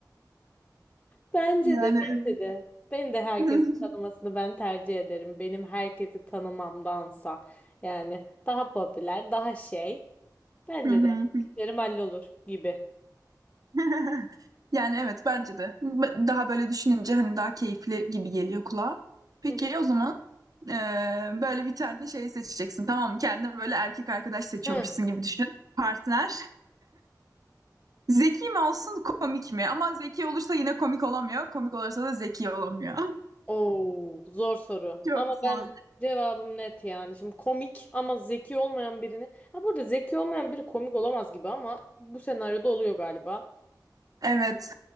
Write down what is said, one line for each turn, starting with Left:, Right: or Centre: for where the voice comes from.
Left: Bence
Right: Yani
Left: de. Bence
Right: evet.
Left: de. Ben de herkesin
Right: <laughs>
Left: tanımasını ben tercih ederim. Benim herkesi tanımamdansa. Yani daha popüler, daha şey. Bence
Right: Hı hı.
Left: de. İşlerim hallolur gibi.
Right: <laughs> Yani evet bence de. B- Daha böyle düşününce hani daha keyifli gibi geliyor kulağa. Peki
Left: Hı hı.
Right: o zaman eee, böyle bir tane şey seçeceksin tamam mı? Kendine böyle erkek arkadaş seçiyormuşsun
Left: Hı.
Right: gibi düşün. Partner. <laughs> Zeki mi olsun komik mi? Ama zeki olursa yine komik olamıyor. Komik olursa da zeki olamıyor.
Left: Oo, zor soru.
Right: <laughs> Çok
Left: Ama
Right: zor.
Left: ben cevabım net yani. Şimdi komik ama zeki olmayan birini. Ha burada zeki olmayan biri komik olamaz gibi ama bu senaryoda oluyor galiba.
Right: Evet.